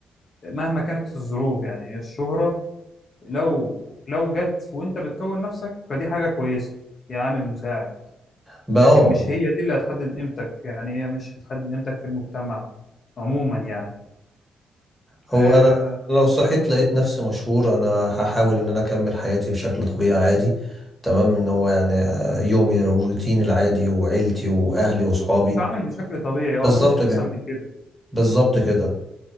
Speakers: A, on the left; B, in the centre.
A: مهما كانت الظروف يعني الشهرة لو لو جت وانت بتكون نفسك فدي حاجة كويسة يا عامل مساعد
B: بابا
A: لكن مش هي دي اللي هتحدد قيمتك يعني هي مش هتحدد قيمتك في المجتمع عموما يعني
B: هو
A: آه،
B: انا لو صحيت لقيت نفسي مشهور انا هحاول ان انا اكمل حياتي بشكل طبيعي عادي تمام ان هو يعني آه، يومي الروتين العادي وعيلتي واهلي واصحابي
A: تتعامل بشكل طبيعي اه
B: بالظبط
A: مفيش احسن
B: كده
A: من كده
B: بالظبط كده